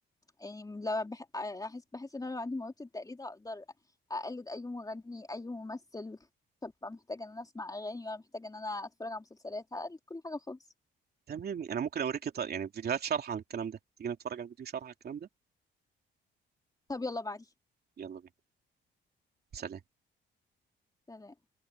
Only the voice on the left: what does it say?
يعني لما بح... احس بحس ان انا لو عندي موهبة التقليد هقدر اقلد اي مغني اي ممثل فببقى محتاجة ان انا اسمع اغاني ولا محتاجة ان انا اتفرج على مسلسلات هقلد كل حاجة خالص
طب يلا بعدي
سلام